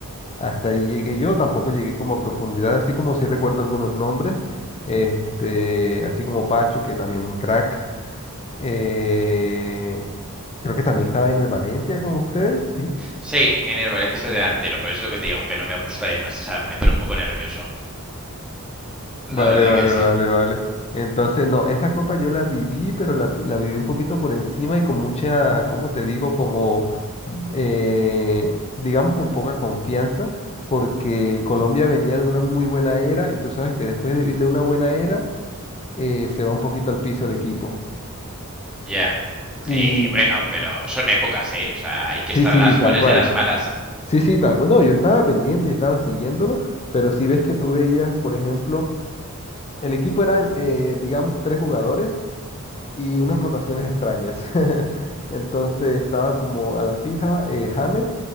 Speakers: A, on the left; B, in the centre.
A: Hasta ahí llegué yo, tampoco llegué como a profundidad, así como sí recuerdo algunos nombres, este, así como Pacho, que también crack, eh, creo que también estaba en el Valencia con ustedes, sí.
B: Sí, en el Valencia es el delantero, pero es lo que te digo, que no me gusta además. O sea, me pone un poco nervioso. La
A: Vale,
B: verdad
A: vale,
B: que sí.
A: vale, vale. Entonces, no, esa copa yo la viví, pero la, vi- la viví un poquito por encima y con mucha, ¿cómo te digo? Como, eh, digamos, con poca confianza, porque Colombia venía de una muy buena era y tú sabes que después de de una buena era eh, se va un poquito al piso el equipo.
B: Ya.
A: Y
B: Eh, bueno, pero son épocas, ¿eh? O sea, hay que
A: sí,
B: estar
A: sí,
B: a las
A: tal
B: buenas
A: cual.
B: y a las malas.
A: Sí, sí, tal cual. No, yo estaba pendiente y estaba siguiéndolo, pero si ves que tú veías, por ejemplo, el equipo eran, eh, digamos, tres jugadores y unas rotaciones extrañas. <laughs> Entonces estaba como a la fija eh, James,